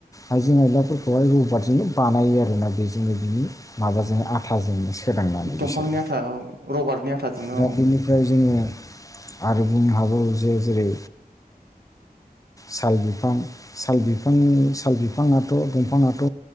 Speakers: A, on the left; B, on the right.
A: आइजें आइलाफोरखौहाय रबारजोंनो बानायो आरोना बेजोंनो बिनि माबाजोंनो आथाजोंनो सोदांनानै
B: दंफांनि
A: बिसोरो
B: आथा औ रबारटनि आथाजोंनो
A: दा बेनि ओमफ्राय जोङो आरो बुंनो हागौ जे जेरै साल बिफां साल बिफांनि साल बिफाङाथ' दंफाङाथ'